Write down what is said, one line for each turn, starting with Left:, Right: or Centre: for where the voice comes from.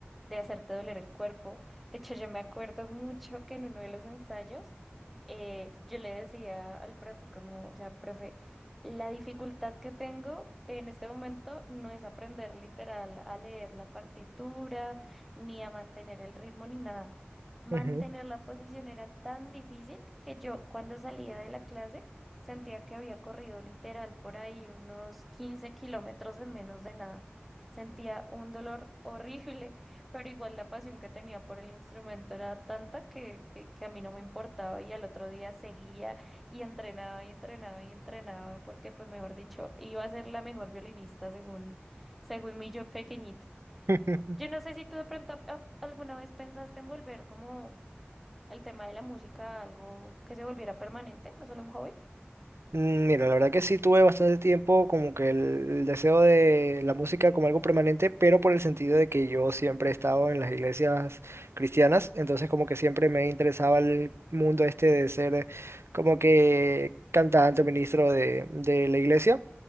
Centre: de hacerte doler el cuerpo. De hecho, yo me acuerdo mucho que en uno de los ensayos eh, yo le decía al profe como, o sea, profe, la dificultad que tengo en este momento no es aprender literal a leer la partitura, ni a mantener el ritmo, ni nada. Mantener
Right: Ujú.
Centre: la posición era tan difícil que yo cuando salía de la clase sentía que había corrido literal por ahí unos 15 kilómetros en menos de nada. Sentía un dolor horrible pero igual la pasión que tenía por el instrumento era tanta que, que, que a mí no me importaba y al otro día seguía y entrenaba y entrenaba y entrenaba porque, pues, mejor dicho, iba a ser la mejor violinista según, según mi yo pequeñito.
Right: <laughs>
Centre: Yo no sé si tú de pronto a- alguna vez pensaste en volver como el tema de la música a algo que se volviera permanente, no solo un hobby.
Right: Mm, Mira, la verdad que sí tuve bastante tiempo como que el, el deseo de la música como algo permanente, pero por el sentido de que yo siempre he estado en las iglesias cristianas, entonces como que siempre me interesaba el mundo este de ser como que cantante o ministro de, de la iglesia.